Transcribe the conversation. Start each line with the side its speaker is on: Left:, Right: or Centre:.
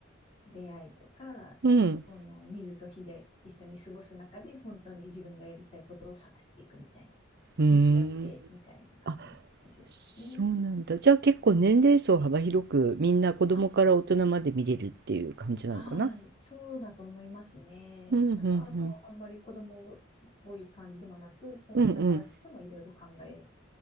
Left: 出会いとか、
Right: うん
Left: その水と火で一緒に過ごす中で、本当に自分がやりたいことを探していくみたいな、
Right: うーん
Left: 向き合ってみたいな感
Right: あ
Left: じですね。
Right: そうなんだじゃあ結構年齢層幅広くみんな子供から大人まで見れるっていう感じなのかな
Left: あ、はい、そうだと思いますね。
Right: うんうん
Left: なんかあの、あんまり子供っぽい感じでもなく、大人からしてもいろいろ考え
Right: うんうん